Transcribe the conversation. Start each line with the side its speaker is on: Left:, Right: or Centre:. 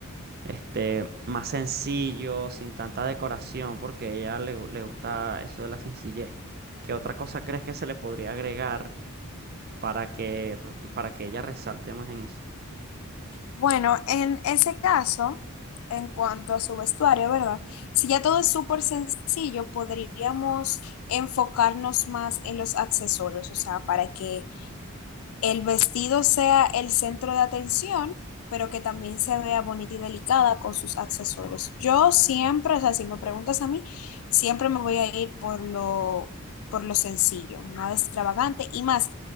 Right: este, más sencillo, sin tanta decoración, porque a ella le, gu- le gusta eso de la sencillez. ¿Qué otra cosa crees que se le podría agregar para que, para que ella resalte más en eso?
Left: Bueno, en ese caso, en cuanto a su vestuario, ¿verdad? Si ya todo es súper sencillo, podríamos enfocarnos más en los accesorios, o sea, para que el vestido sea el centro de atención, pero que también se vea bonita y delicada con sus accesorios. Yo siempre, o sea, si me preguntas a mí, siempre me voy a ir por lo, por lo sencillo, nada extravagante y más